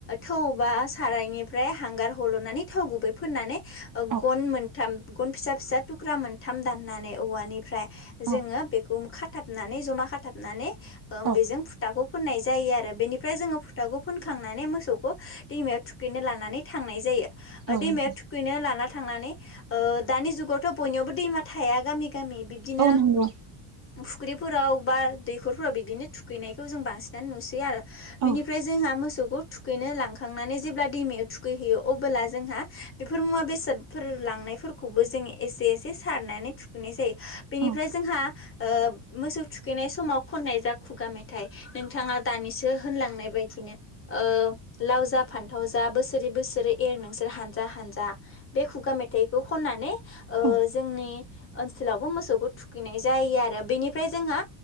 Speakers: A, on the left (about 25°); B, on the right (about 40°).
A: थौ बा सारायनिफ्राय हांगार हल'नानै थाव गुबै फोननानै
B: औ
A: गन मोनथाम गन फिसा फिसा थुख्रा मोनथाम दाननानै औवानिफ्राय जोङो
B: औ
A: बेखौ खाथाबनानै जमा खाथाबनानै ओ
B: औ
A: बेजों फुथाखौ फुननाय जायो आरो बेनिफ्राय जोङो थाखौ फुनखांनानै मोसौखौ दैमायाव थुखैनो लांनानै थांनाय जायो
B: औ
A: दैमायाव
B: नोंथां
A: थुखैनो लाना थांनानै ओ दानि जुगावथ' बयनिवबो दैमा थाया गामि गामि बिबदिनो
B: औ नंगौ
A: फुं फुख्रिफोराव बा दैखरफोराव बिदिनो थुखैनायखौ जों बांसिनानो नुसै आरो
B: औ
A: बेनिफ्राय जोंहा मोसौखौ थुखैनो लांखांनानै जेब्ला दैमायाव थुखैहयो अब्ला जोंहा बेफोर मुवा बे बेसादफोर लांनायफोरखौबो जोंङ एसे एसे सारनानै थुखैनाय जायो बेनिफ्राय
B: औ
A: जोंहा ओ मोसौ थुखैनाय समाव खननाय जा खुगा मेथाइ नोंथाङा दानिसो होनलांनाय बे बायदिनो ओ लाव जा फान्थाव जा बोसोरै बोसोरै एर नोंसोर हान्जा हान्जा बे खुगा मेथाइखौ खननानै ओ
B: औ
A: जोंनि ओनसोलावबो मोसौखौ थुखैनाय जायो आरो बेनिफ्राय जोंहा